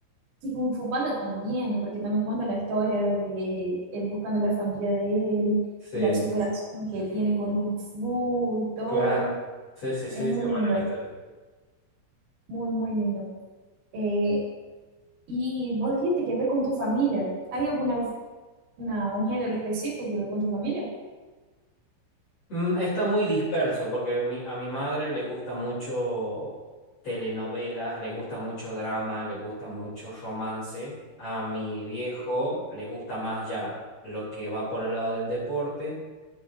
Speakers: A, on the right; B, on the left.
A: Y Kung Fu Panda también, porque también cuenta la historia de él buscando la familia de él,
B: sí,
A: y la superación que él tiene con Kung Fu y todo.
B: claro. Sí, sí, sí,
A: Es muy
B: está
A: lindo.
B: buena la historia.
A: Muy, muy lindo. Eh, y vos dijiste que ve con tu familia. ¿Hay alguna una- un género específico que ve con tu familia?
B: Mm, Está muy disperso porque mi- a mi madre le gusta mucho telenovelas, le gusta mucho drama, le gusta mucho romance. A mi viejo le gusta más ya lo que va por el lado del deporte.